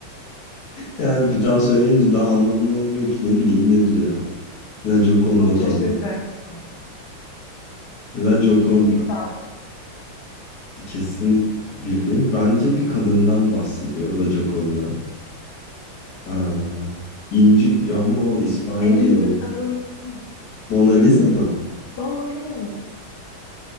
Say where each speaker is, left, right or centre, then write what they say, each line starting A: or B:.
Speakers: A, on the left; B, on the left.
A: Yani bir daha söyleyince daha anlamlı olmuyor ki. Ne bileyim nedir ya. La Gioconda
B: Çok şaşıracaksın.
A: tablo. La Gioconda.
B: Bildiğin bir tablo.
A: Kesin bildim. Bence bir kadından bahsediyor La Gioconda. Aa, İnci ya ama o İspanyol
B: En ünlü
A: değil o.
B: kadın kim?
A: Mona
B: Tablo.
A: Lisa mı?
B: Doğru.